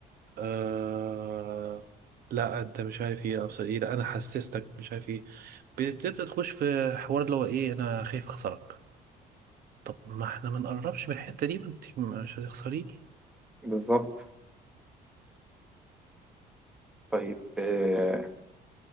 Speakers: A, on the right (about 65°); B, in the centre.
A: آه لا انت مش عارف ايه ابصر ايه لا انا حسستك مش عارف ايه بتبدا تخش في حوار اللي هو ايه انا خايف اخسرك طب ما احنا ما نقربش من الحتة دي ما انت مش هتخسريني
B: بالظبط طيب آه،